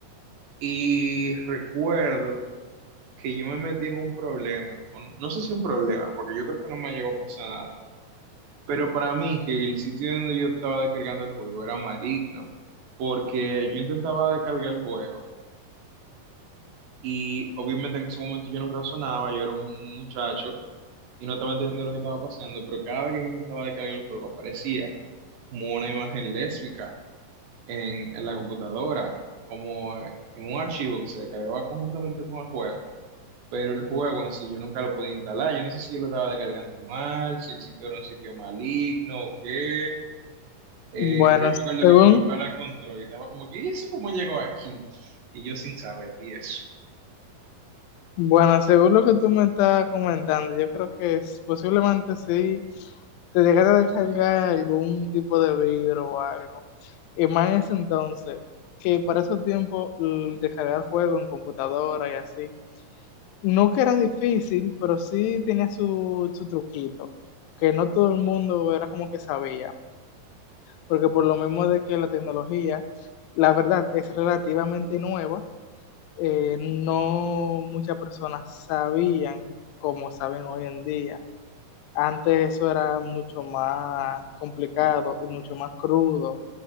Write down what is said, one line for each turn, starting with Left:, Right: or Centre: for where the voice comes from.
Right: Y recuerdo que yo me metí en un problema, o no sé si un problema, porque yo creo que no me llegó a pasar nada, pero para mí que el sitio donde yo estaba descargando el juego era maligno, porque yo intentaba descargar el juego y obviamente en ese momento yo no razonaba, yo era un muchacho y no estaba entendiendo lo que estaba pasando, pero cada vez que yo intentaba descargar el juego aparecía como una imagen lésbica en, en la computadora, como en un archivo que se descargaba conjuntamente con el juego. Pero el juego en sí yo nunca lo podía instalar, yo no sé si yo lo estaba descargando mal, si el sitio era un sitio maligno o qué. Eh,
Left: Bueno,
Right: pero yo me acuerdo
Left: según
Right: que mi papá lo encontró y estaba como que, ¿y eso cómo llegó aquí? Y yo sin saber, y eso.
Left: Bueno, según lo que tú me estás comentando, yo creo que es- posiblemente sí te llegara a descargar algún tipo de vidrio o algo. Y más en ese entonces, que para esos tiempos l- descargar juegos en computadora y así, no que era difícil, pero sí tenía su, su truquito, que no todo el mundo era como que sabía, porque por lo mismo de que la tecnología, la verdad, es relativamente nueva eh, no muchas personas sabían como saben hoy en día. Antes eso era mucho más complicado y mucho más crudo.